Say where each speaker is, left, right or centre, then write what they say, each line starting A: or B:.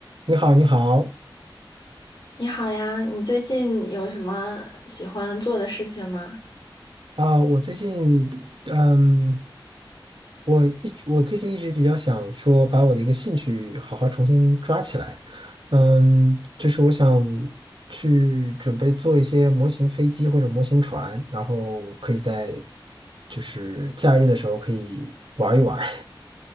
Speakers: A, on the right; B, on the left.
A: 你好，你好
B: 你好呀，你最近有什么喜欢做的事情吗？
A: 啊，我最近，嗯，我一直我最近一直比较想说，把我的一个兴趣好好重新抓起来，嗯，就是我想去准备做一些模型飞机或者模型船，然后可以在就是假日的时候可以玩一玩。